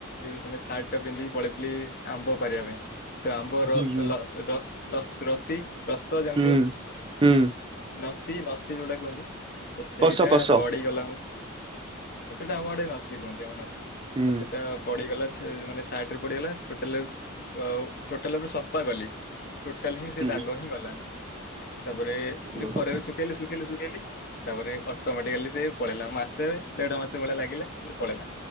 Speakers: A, on the left (about 45°); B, on the right (about 25°).
A: ମାନେ ସାର୍ଟ ଟା ପିନ୍ଧିକି ପଳେଇଥିଲି ଆମ୍ବ ପାରିବା ପାଇଁ। ଆମ୍ୱ
B: ହୁଁ
A: ର
B: ହୁଁ
A: ଲ ରସ ଦଶ ରଶୀ। ରସ ଜାଣିଥିବ
B: ହୁଁ ହୁଁ
A: ନସି ସେ ଯୋଉଟା କୁହନ୍ତି ତ ସେଇଟା
B: କଷ କଷ
A: ପଢିଗଲା ମୋ ସେଟା ଆମ ଆଡେ ନସିି କୁହନ୍ତି ଆମ ତ
B: ହୁଁ
A: ସେଇଟା ପଡିିଗଲା। ମାନେ ସାଟରେ ପଡିଗଲା ଟୋଟାଲ ଟୋଟାଲ ଉପରେ ସଫା କଲି। ଟୋଟାଲ ହିଁ ସେ
B: ହୁଁ।
A: ଦାଗ ହିଁ ଗଲାନି। ତାପରେ ଏମତି
B: ହଁ
A: ଖରେରେ ଶୁଖେଇଲି ଶୁଖେଇ ଶୁଖେଇଲି ତାପରେ ଅଟୋମଟିକାଲି ସେ ପଳେଇଲା ମାସେ ଦେଢ ମାସ ଲାଗିଲା କିନ୍ତୁ ପଳେଇଲା।